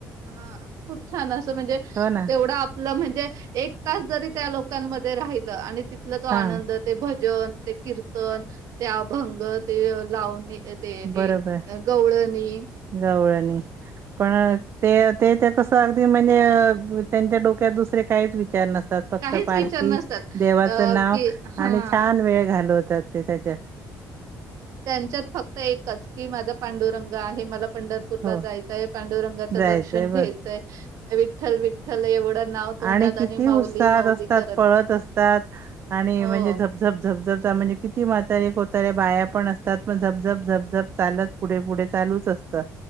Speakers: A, on the right (about 60°); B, on the right (about 40°).
A: हा, खूप छान असं म्हणजे
B: हो ना
A: तेवढा आप ल म्हणजे एक तास जरी त्या लोकांमध्ये राहिलं, आणि तिथला तो आनंद
B: हा
A: ते भजन, ते कीर्तन, ते अभंग, ते लावणी अ, ते हे
B: बरोबर
A: गवळनी.
B: गवळणी पण त्याच्यात ते त्या कसं अगदी म्हणजे, त्यांच्या डोक्यात दुसरे काहीच विचार नसतात. फक्त
A: काहीच
B: पालखी
A: विचार नसतात.
B: देवाचं
A: अ,
B: नाव
A: की हां,
B: आणि छान वेळ घालवतात. ते त्याच्यात
A: त्यांच्यात फक्त एकच की माझा पांडुरंग आहे. मला पंढरप पूरला
B: हो
A: जायचय, पांडुरंगांच
B: जायचंय
A: दर्शन
B: बस
A: घ्यायचंय. विठ्ठल, विठ्ठल एवढं नाव तोंडात
B: आणि किती
A: माऊली,
B: उत्साहात
A: माऊली
B: असतात.
A: करत.
B: पळत असतात आणि
A: हो,
B: म्हणजे झपझप झप म्हणजे किती, म्हातारे, कोतारे बाया पण असतात. पण झपझप झपझप चालत पुढे पुढे चालूच असतात.